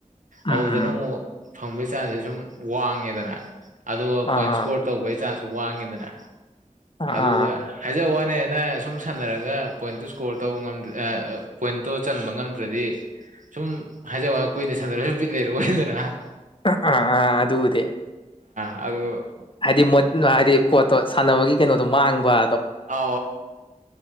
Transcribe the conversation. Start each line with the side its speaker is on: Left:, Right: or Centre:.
Left: ꯎꯝ
Right: ꯑꯗꯨꯗꯅ ꯑꯃꯨꯛ ꯐꯪꯕꯩ ꯆꯥꯟꯁꯦ ꯁꯨꯝ ꯋꯥꯡꯉꯦꯗꯅ ꯑꯗꯨꯒ
Left: ꯑꯥ
Right: ꯄꯣꯏꯟ ꯏꯁꯀꯣꯔ
Left: ꯑꯥ
Right: ꯇꯧꯕꯒꯤ ꯆ ꯨ ꯋꯥꯉꯗꯅ
Left: ꯑꯥ ꯑꯥ
Right: ꯋꯥ ꯍꯪꯅꯅ ꯁꯨꯝ ꯁꯥꯟꯅꯔꯒ ꯄꯣꯏꯟꯠꯇꯨ ꯏꯁꯀꯣꯔ ꯇꯧꯕ ꯉ ꯄꯣꯏꯟꯠꯇꯣ ꯆꯟꯕ ꯉꯝꯗ꯭ꯔꯗꯤ ꯁꯨꯝ ꯍꯥꯏꯖꯕ ꯀꯨꯏꯅ ꯁꯟꯗꯔꯒ ꯁꯨꯝ ꯄꯤꯠ ꯂꯩꯔꯑꯣ ꯑꯣꯏꯗꯅ
Left: ꯑ ꯑꯥ ꯑꯗꯗ
Right: ꯑꯗ
Left: ꯍꯥꯏꯗꯤ ꯃꯣꯠ ꯍꯥꯏꯗꯤ ꯄꯣꯠꯇꯣ ꯁꯥꯟꯅꯕꯒꯤ ꯀꯩꯅꯣꯗꯣ ꯃꯥꯡꯕ
Right: ꯑ